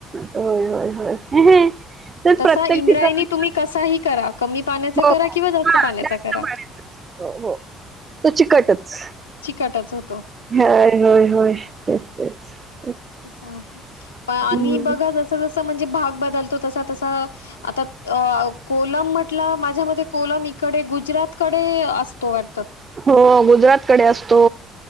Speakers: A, on the right (about 30°); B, on the left (about 80°).
A: होय होय होय. तेच
B: तसा
A: प्रत्येक
B: इंद्रायणी
A: ठिकाण
B: तुम्ही कसाही करा कमी पाण्याचा
A: हो
B: करा किंवा जास्त
A: हा
B: पाण्याचा
A: जास्त
B: करा.
A: पाण्याच हो तो चिकटच,
B: चिकटच होतो.
A: होय होय होय. <unintelligible>
B: तास आहे, पहा आणि
A: हम्म
B: बघा जस जसं म्हणजे भाग बदलतो तसा तसा अ आता कोलम म्हटल माझ्या मते कोलम कडे गुजरात कडे असतो वाट
A: हो गुजरात कडे असतो.